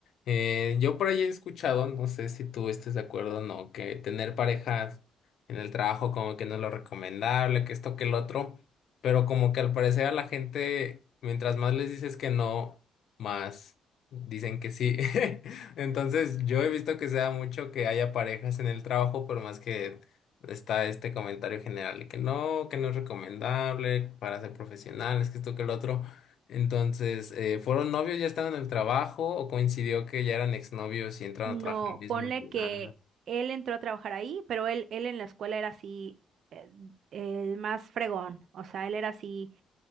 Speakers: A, on the left; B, on the right.
A: eh, yo por ahí he escuchado, no sé si tú estés de acuerdo o no, que tener parejas en el trabajo como que no es lo recomendable, que esto, que el otro, pero como que al parecer a la gente, mientras más les dices que no, más dicen que sí. <laughs> Entonces, yo he visto que se da mucho que haya parejas en el trabajo, por más que está este comentario general de que no, que no es recomendable para ser profesionales, que esto, que el otro. Entonces, eh, ¿fueron novios, ya estaban en el trabajo o coincidió que ya eran exnovios y entraron
B: No,
A: a trabajar en el mismo
B: ponle
A: lugar?
B: que él entró a trabajar ahí, pero él, él en la escuela era así, eh, el más fregón, o sea, él era así,